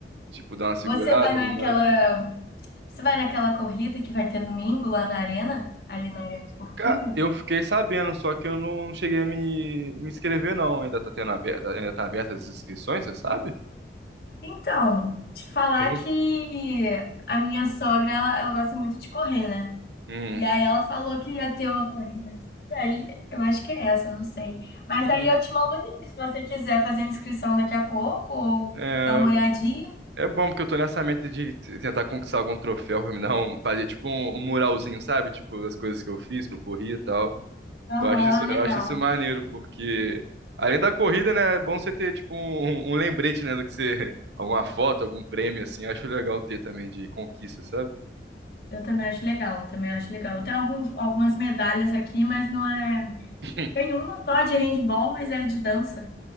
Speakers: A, on the right; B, on the left.
A: Tipo, dar uma segurada,
B: Você vai
A: e
B: naquela.
A: tudo mais.
B: Você vai naquela corrida que vai ter domingo lá na arena, ali na arena esportiva?
A: Cara, eu fiquei sabendo, só que eu não, não cheguei a me, me inscrever, não. Ainda tá tendo aberta, ainda tá aberta as inscrições, você sabe?
B: Então, te falar
A: Eu vi
B: que
A: um-
B: a minha sogra, ela, ela gosta muito de correr, né?
A: Hum.
B: E aí ela falou que ia ter uma corrida aqui. E aí, eu acho que é essa, eu não sei. Mas
A: hum.
B: aí eu te mando o link, se você quiser fazer a inscrição daqui a pouco ou
A: É,
B: dar uma olhadinha.
A: é bom porque eu tô nessa meta de t- tentar conquistar algum troféu pra me dar um, fazer tipo um, um muralzinho, sabe? Tipo, as coisas que eu fiz, que eu corri e tal.
B: Aham,
A: Eu acho isso,
B: legal.
A: eu acho isso maneiro, porque além da corrida, né, é bom você ter tipo um, um um lembrete, né, do que você, <laughs> alguma foto, algum prêmio assim. Eu acho legal ter também de conquista, sabe?
B: Eu também acho legal, também acho legal. Tem alguns, algumas medalhas aqui, mas não é.
A: <laughs>
B: Tem uma só de handball, mas é de dança,